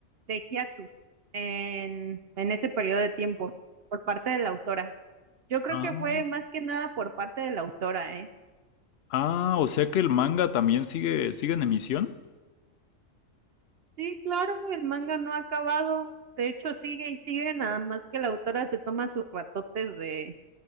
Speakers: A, on the right; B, on the left.
A: de hiatus en, en ese periodo de tiempo por parte de la autora. Yo creo
B: Ah,
A: que fue más que nada por parte de la autora, ¿eh?
B: ah, o sea que el manga también sigue, sigue en emisión.
A: Sí, claro, el manga no ha acabado. De hecho, sigue y sigue, nada más que la autora se toma sus ratotes de,